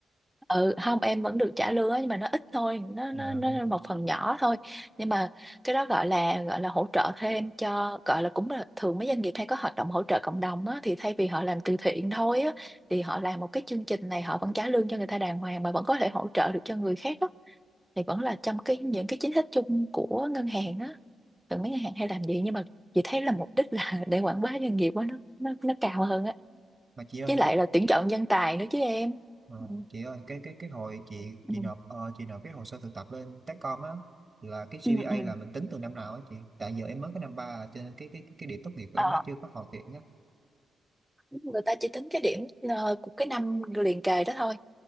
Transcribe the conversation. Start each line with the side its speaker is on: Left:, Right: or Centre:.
Centre: Ừ, không em vẫn được trả lương á, nhưng mà nó ít thôi nó
Right: Dạ.
Centre: nó nó là một phần nhỏ thôi nhưng mà cái đó gọi là gọi là hỗ trợ thêm cho gọi là cũng là thường mấy doanh nghiệp hay có hoạt động hỗ trợ cộng đồng á, thì thay vì họ làm từ thiện thôi á thì họ làm một cái chương trình này họ vẫn trả lương cho người ta đàng hoàng mà vẫn có thể hỗ trợ được cho người khác á thì vẫn là trong cái những cái chính sách chung của ngân hàng á thường mấy ngân hàng hay làm gì nhưng mà chị thấy là mục đích là <laughs> để quảng bá doanh nghiệp á nó nó nó cao hơn á
Right: mà chị ơi
Centre: với lại
Right: cái
Centre: là tuyển chọn nhân tài nữa chứ em
Right: ờ,
Centre: ừ.
Right: chị ơi cái cái cái hồi chị chị
Centre: Ừ.
Right: nộp ờ, chị nộp cái hồ sơ thực tập lên Techcom á là cái GPA
Centre: Ừ. Ừ.
Right: là mình tính từ năm nào á chị tại giờ em mới có năm ba à, cho nên cái cái cái điểm tốt nghiệp của
Centre: Ờ.
Right: em nó chưa có hoàn thiện á
Centre: người ta chỉ tính cái điểm ờ, của cái năm liền kề đó thôi